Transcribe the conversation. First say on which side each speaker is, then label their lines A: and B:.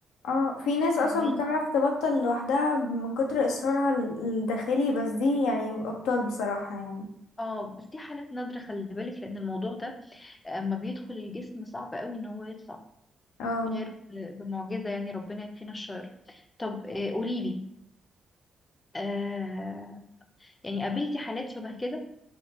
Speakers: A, on the left (about 80°); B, on the left (about 30°).
A: اه في ناس أصلا
B: فاهماني
A: بتعرف تبطل لوحدها من كتر إصرارها ال- الداخلي بس دي يعني أبطال بصراحة يعني
B: اه بس دي حالات نادرة خلي بالك لأن الموضوع ده آه، أما بيدخل الجسم صعب قوي إن هو يطلع
A: اه
B: غير ب- بمعجزة يعني ربنا يكفينا الشر طب آه، قوليلي آه يعني قابلتي حالات شبه كده